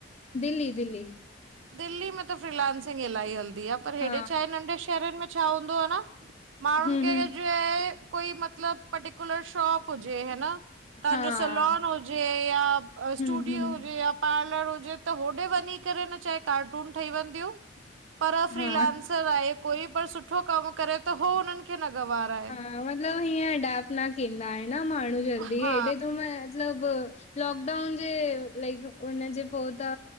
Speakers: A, on the left; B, on the right.
A: दिल्ली- दिल्ली
B: दिल्ली में त फ्रिलायंसिंग इलाही हलदी आ, पर हेॾे
A: हा,
B: छाहे नंढे शहरनि में छा हूंदो आ न माण्हुनि
A: हम्म,
B: खे
A: हम्म,
B: छाए कोई मतलब पर्टिकुलर शॉप हुजे हे न तव्हांजो
A: हा।
B: सलोन, हुजे या स्टूडियो
A: हम्म हम्म
B: हुजे या पार्लर हुजे त होॾे वञी करे न चाहे कार्टून ठही वेंदियूं, पर फ्रीलांसर
A: हा
B: आहे, कोई पर सुठो कम करे त हो हुननि खे न गवारा आहे।
A: न मतलब हीअं एडप्ट न केंदा इनि न माण्हू जल्दी
B: हा
A: हेॾे त मतलब लॉकडाउन जे लाइक उनजे पो त